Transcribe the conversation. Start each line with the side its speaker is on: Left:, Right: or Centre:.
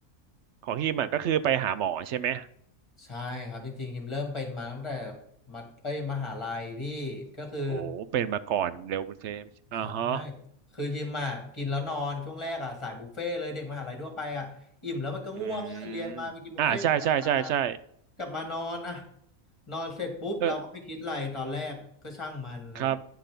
Right: ของฮิมอ่ะก็คือไปหาหมอใช่ไหม
Left: ใช่ครับจริงๆหิมเริ่มเป็นมาตั้งแต่มัธเอ้ยมหาลัยพี่ก็คือ
Right: โอ้เป็นมาก่อนเร็วเทมอ่าฮะ
Left: ใช่คือฮิมอ่ะกินแล้วนอนช่วงแรกอ่ะสายบุฟเฟ่ต์เลยเด็กมหาลัยทั่วไปอ่ะอิ่มแล้วมันก็ง่วงอ่ะเรียนมาไปกินบุฟเฟ่ต์กลับมา
Right: อืมอ่าใช่ใช่ใช่ใช่
Left: กลับมานอนอ่ะนอนเสร็จปุ๊บเราก็ไม่คิดอะไรตอนแรกก็ช่างมันเลย
Right: เออครับ